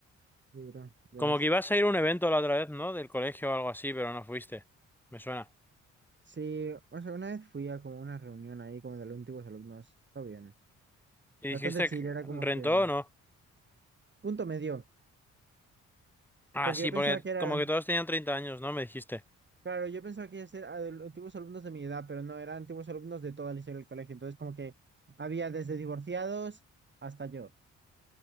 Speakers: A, on the right (about 30°); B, in the centre.
A: Sí, bro, ya
B: Como
A: ves.
B: que ibas a ir a un evento la otra vez, ¿no? Del colegio o algo así, pero no fuiste. Me suena.
A: Sí, o sea, una vez fui a como una reunión ahí como de los antiguos alumnos, está bien.
B: ¿Y dijiste
A: Bastante chile,
B: que
A: era
B: rentó
A: como que
B: o no?
A: punto medio,
B: Ah,
A: porque
B: sí,
A: yo
B: porque
A: pensaba que eran,
B: como que todos tenían 30 años, ¿no? Me dijiste.
A: claro, yo pensaba que iba a ser a- antiguos alumnos de mi edad, pero no, eran antiguos alumnos de toda la historia del colegio, entonces como que había desde divorciados hasta yo.